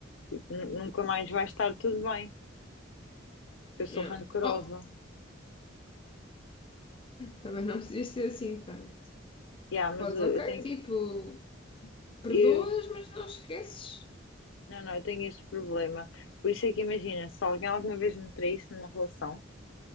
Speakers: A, on the left (about 80°); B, on the left (about 25°).
A: Tipo, nu- nunca mais vai estar tudo bem. eu sou
B: Yeah.
A: rancorosa.
B: Oh, também não precisas ser assim tanto.
A: Yeah, mas
B: Podes,
A: eu,
B: ok,
A: eu tenho,
B: tipo, perdoas,
A: eu,
B: mas não esqueces.
A: não, não, eu tenho este problema. Por isso é que imagina, se alguém alguma vez me traísse numa relação,